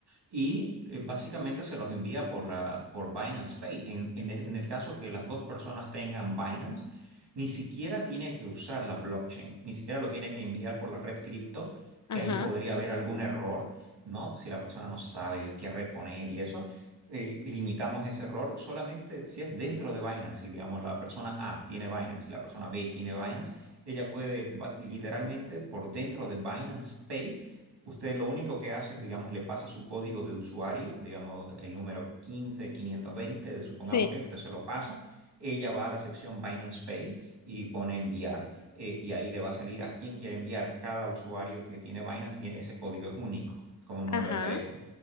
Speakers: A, on the right; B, on the left.
A: Y eh, básicamente se los envía por, la, por Binance Pay. En, en e- en el caso que las dos personas tengan Binance, ni siquiera tiene que usar la blockchain, ni siquiera lo tiene que enviar por la red cripto,
B: Ajá.
A: que ahí podría haber algún error, ¿no? Si la persona no sabe qué red poner y eso eh, limitamos ese error solamente si es dentro de Binance. si digamos, la persona A tiene Binance y la persona B tiene Binance, ella puede ba- literalmente por dentro de Binance Pay, usted lo único que hace es, digamos, le pasa su código de usuario, digamos, el número 15520, supongamos
B: Sí.
A: que usted se lo pasa. Ella va a la sección Binance Pay y pone enviar. eh, y ahí le va a salir a quién quiere enviar. Cada usuario que tiene Binance tiene ese código es único, es como un
B: Ajá.
A: número de teléfono.